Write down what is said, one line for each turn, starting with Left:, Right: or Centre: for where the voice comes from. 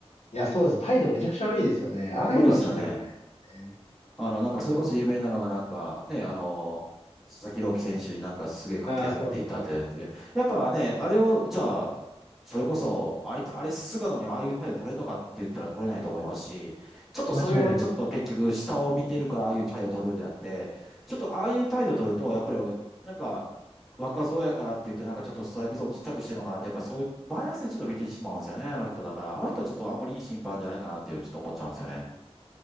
Left: いや、そうです。態度めちゃくちゃ悪いですよね。ああいうのはちょっと良くないね。
Centre: 悪いですよね。あの、なんか、それこそ有名なのが、なんか、ね、あの、佐々木朗希選手になんかすげえ掛け合っていたって、
Left: ああ、そうですね。
Centre: やっぱね、あれを、じゃあ、それこそ、あいつ、あれ、菅野にああいう態度取れるのかって言ったら取れないと思いますし、ちょっとそれはちょっと結局、
Left: 間違いないです。
Centre: 下を見てるからああいう態度取るんであって、ちょっとああいう態度取ると、やっぱり、なんか、若造やからって言って、なんかちょっとストライクゾーンちっちゃくしてるのかなって、やっぱそういう、バイアスでちょっと見てしまうんですよね、あの人だから。あの人はちょっとあんまりいい審判じゃないかなっていう、ちょっと思っちゃうんですよね。